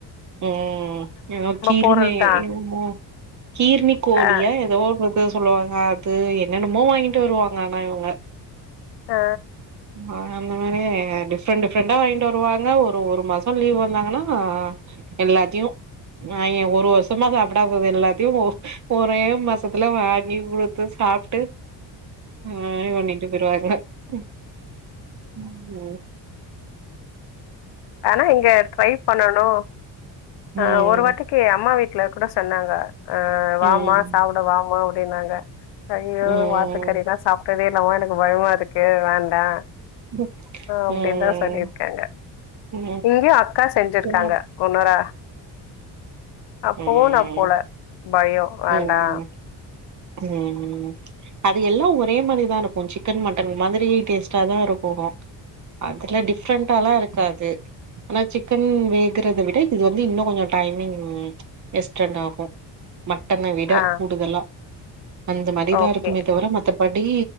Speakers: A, on the right (about 45°); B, on the left (about 75°).
A: ம் எதோ கீர்ணி
B: போறதுதா
A: என்னமோ கீர்ணி கோழியா
B: ஆ
A: எதோ ஒருக் கோ சொல்லுவாங்க அது என்னென்னமோ வாங்கிட்டு வருவாங்க ஆனா இவங்க
B: ஆ
A: அ அந்தமாரி டிஃப்ரெண்ட் டிஃப்ரெண்டா வாங்கிட்டு வருவாங்க, ஒரு ஒரு மாசம் லீவ் வந்தாங்கன்னா எல்லாத்தையும் ஆ எ ஒரு வருஷமா சாப்பிடாதது எல்லாத்தையு ஒ ஒரே மாசத்துல வாங்கி குடுத்து சாப்ட்டு ஆஹ் இது பண்ணிட்டு போய்ருவா மேடொ ம் ம்
B: ஆனா இங்க ட்ரை பண்ணணு அ
A: ம்
B: ஒரு வாட்டிக்கு அம்மா வீட்டுல கூட சொன்னாங்க ஆஹ் வாமா
A: ம்
B: சாப்ட வாமா அப்டி அப்டின்னாங்க ஐயோ
A: ம்
B: வாத்துக்கறிதா சாப்டதேல் என்னமோ எனக்கு பயமா இருக்கு வேண் டா
A: ம்
B: அப்டின்தா
A: ம்
B: சொல்லியிருக்காங்க
A: ம்
B: இங்கெயு அக்கா செஞ்சிருக்காங்க
A: ம்
B: ஒன்னுரா அப்போவு
A: ம்
B: நா போல பயொ வேண்டா
A: ம் ம் அது எல்லா ஒரே மாரிதாருக்கு சிக்கன் மட்டன் மாதிரி டேஸ்டாதா இருக்கு அதுல டிஃப்ரெண்ட்டாலா இருக்காது ஆனா சிக்கன் வேகுறத விட இது வந்து இன்னு கொஞ்சொ டைமிங் எஸ்டண்ட் ஆகு மட்டன விட
B: ஆ
A: கூடுதலா அந்த மாரிதா
B: ஓகே
A: இருக் குமே தவர மத்தப்ப அப்டி